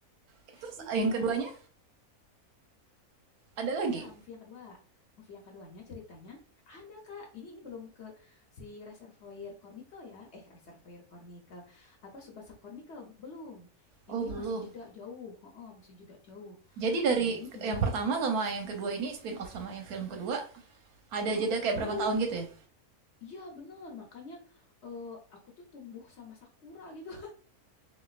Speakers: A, on the right; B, on the left.
A: Eh, Terus
B: Iya,
A: ah, yang keduanya ada lagi?
B: Ada movie yang kedua. Movie yang keduanya ceritanya ada Kak. Ini ini belum ke si Reservoir Cornicle ya. Eh Reservoir Cornicle apa Tsubasa Chronicle belum.
A: Oh,
B: Ini
A: belum.
B: masih jeda jauh. Heeh, masih jeda jauh.
A: Jadi dari
B: Jadi dia
A: yang pertama sama yang kedua ini spin off sama yang film kedua ada
B: heeh,
A: jeda kayak
B: jauh.
A: berapa tahun gitu ya?
B: Iya bener makanya eh, aku tuh tumbuh sama Sakura gitu.